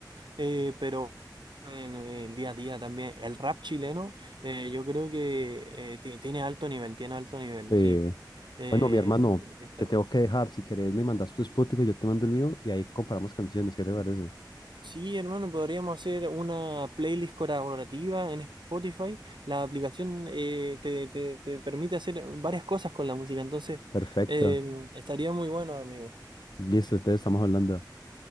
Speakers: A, on the right; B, on the left.
A: eh, pero en el día a día también. El rap chileno, eh, yo creo que eh, ti- tiene alto nivel, tiene alto nivel,
B: Eh,
A: sí. Eh,
B: bueno, mi hermano,
A: está
B: te
A: bueno.
B: tengo que dejar. Si querés, me mandas tu Spotify, yo te mando el mío y ahí comparamos canciones. ¿Qué te parece?
A: Sí, hermano, podríamos hacer una playlist colaborativa en Spotify. La aplicación eh, te, te- te permite hacer varias cosas con la música, entonces
B: Perfecto.
A: eh, estaría muy bueno, amigo.
B: Listo, ustedes estamos hablando.